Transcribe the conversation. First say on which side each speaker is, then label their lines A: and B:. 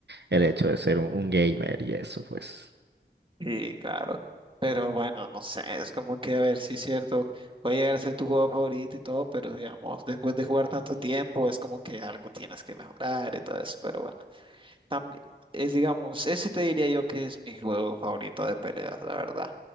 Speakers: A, on the right; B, on the right.
A: el hecho de ser un, un gamer y eso, pues.
B: Sí, claro, pero bueno, no sé, es como que a ver si es cierto, puede llegar a ser tu juego favorito y todo, pero digamos, después de jugar tanto tiempo, es como que algo tienes que mejorar y todo eso, pero bueno, también es, digamos, ese te diría yo que es mi juego favorito de peleas, la verdad.